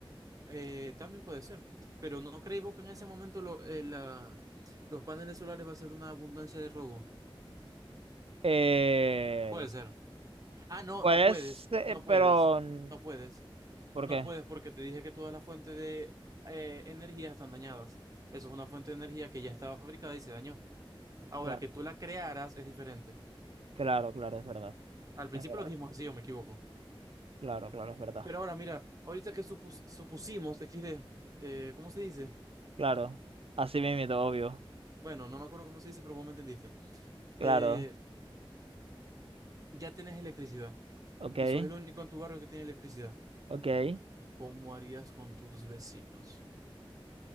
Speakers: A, on the right; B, on the right.
A: Eh, también puede ser, pero ¿no creéis vos que en ese momento lo- eh, la- los paneles solares va a ser una abundancia de robo?
B: Eh,
A: Puede ser. Ah, no,
B: pues,
A: no puedes,
B: eh,
A: no puedes,
B: pero, mm,
A: no puedes,
B: ¿por
A: no
B: qué?
A: puedes porque te dije que todas las fuentes de eh, energía están dañadas. Eso es una fuente de energía que ya estaba fabricada y se dañó. Ahora,
B: Claro,
A: que tú la crearas es diferente.
B: claro, claro, es verdad,
A: Al principio
B: es verdad,
A: lo dijimos así, o me equivoco.
B: claro, claro, es verdad,
A: Pero ahora, mira, ahorita que supus- supusimos, XD, eh, ¿cómo se dice?
B: claro, así mismo, obvio,
A: Bueno, no me acuerdo cómo se dice, pero vos me entendiste.
B: claro,
A: Eh, ya tenés electricidad.
B: ok,
A: y sos el único en tu barrio que tiene electricidad,
B: ok.
A: ¿cómo harías con tus vecinos?